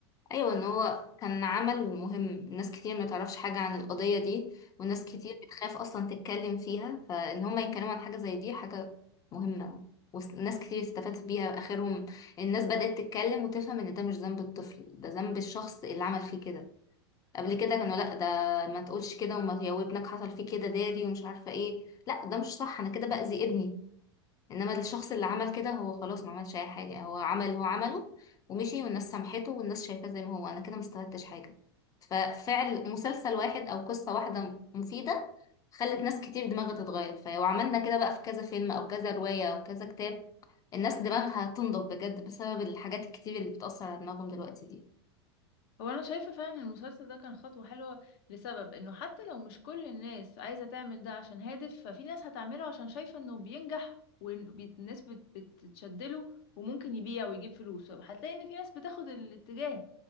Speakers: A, on the left; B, on the left.
A: أيوة إن هو كان عمل مهم ناس كتير ما تعرفش حاجة عن القضية دي وناس كتير بتخاف أصلا تتكلم فيها فإن هما يتكلموا عن حاجة زي دي حاجة مهمة وناس كتير استفادت بيها آخرهم الناس بدأت تتكلم وتفهم إن ده مش ذنب الطفل ده ذنب الشخص اللي عمل فيه كده قبل كده كانوا لا ده ما تقولش كده وما يا ابنك حصل فيه كده داري ومش عارفه ايه لا ده مش صح انا كده باذي ابني انما الشخص اللي عمل كده هو خلاص ما عملش اي حاجه هو عمل اللي هو عمله ومشي والناس سامحته والناس شايفاه زي ما هو انا كده ما استفدتش حاجه ففعل مسلسل واحد او قصه واحده مفيده خلت ناس كتير دماغها تتغير فلو عملنا كده بقى في كذا فيلم او كذا روايه او كذا كتاب الناس دماغها تنضب بجد بسبب الحاجات الكتير اللي بتأثر على دماغهم دلوقتي دي
B: هو انا شايفه فعلا إن المسلسل ده كان خطوه حلوه لسبب انه حتى لو مش كل الناس عايزه تعمل ده عشان هادف ففي ناس هتعمله عشان شايفه انه بينجح والناس بتتشدله وممكن يبيع ويجيب فلوس فهتلاقي ان في ناس بتاخد الاتجاه